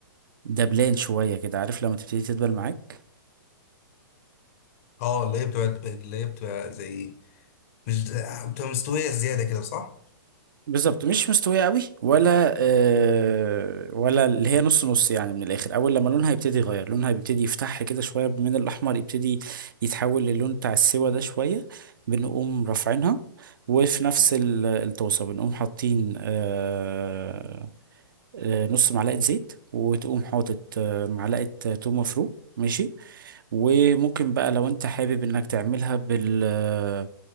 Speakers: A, on the right; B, on the left.
A: دبلان شوية كده عارف لما تبتدي تدبل معاك
B: اه اللي هي بتبقى اللي هي بتبقى زي مش بتبقى مستوية زيادة كده صح؟
A: بالظبط مش مستوية قوي ولا آه ولا اللي هي نص نص يعني من الآخر أول لما لونها يبتدي يغير لونها بيبتدي يفتح كده شوية من الأحمر يبتدي يتحول للون بتاع السوا ده شوية بنقوم رافعينها وفي نفس ال- الطاسة بنقوم حاطين آه آه، نص معلقة زيت وتقوم حاطط آه، معلقة آه، توم مفروم ماشي وممكن بقى لو انت حابب انك تعملها بال آه،